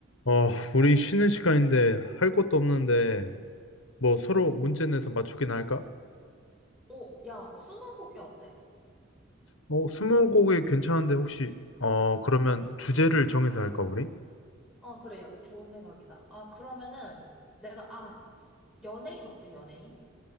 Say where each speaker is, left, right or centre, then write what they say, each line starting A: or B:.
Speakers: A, on the left; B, in the centre.
A: 어, 우리 쉬는 시간인데 할 것도 없는데 뭐 서로 문제 내서 맞추기나 할까?
B: 오, 야, 스무고개 어때?
A: 어, 스무고개 괜찮은데 혹시 어, 그러면 주제를 정해서 할까 우리?
B: 아, 그래, 야, 그 좋은 생각이다. 아, 그러면은 내가, 아, 연예인 어때, 연예인?